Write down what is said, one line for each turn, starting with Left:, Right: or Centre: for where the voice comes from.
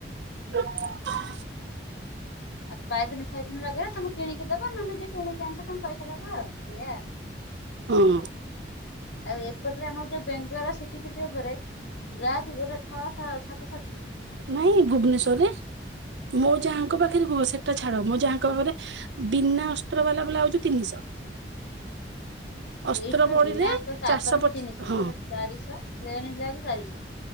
Right: ହଁ
Left: ଆଉ ପାଇପିନି ଫାଇବିନି ଲଗେଇବ। ତମେ କିଣିକି ଦବ ନହେଲେ ଯିଏ କିଣିକି ଆଣିଥିବ ତାଙ୍କୁ ପଇସା ଦେବ। ଆଉ ଏଇଆ ଆଉ।
Right: ହୁଁ।
Left: ଆଉ ଏପଟରେ ଆମର ଯୋଉ ବ୍ୟାଙ୍କ୍ ଦ୍ଵାରା ସିଟି ଫିଟି ଉପରେ ବ୍ରଜ୍ ଗୋଟା ଛଅଶହ ସାତ୍
Right: ମୁଁ ଏଇ ଭୁବନେଶ୍ଵରରେ ମୋ ଯାଆଙ୍କ ପାଖରେ କୁହ ସେଟା। ଛାଡ, ମୋ ଯାହା କଇବେ, ବିନା ଅସ୍ତର ବାଲା ବ୍ଲାଉଜ୍ ତିନିଶହ। ଅସ୍ତ୍ର
Left: ଏଇଠିବା
Right: ପଡିଲେ
Left: ବିନା ଆସ ସାତ
Right: ଚାରିଶହ ପଚା
Left: ତିନିଶହ
Right: ହଁ
Left: ଫେର୍ ଚାରିଶହ। ପ୍ଲେନ୍ ବ୍ଲାଉଜ୍ ଚାରିଶହ।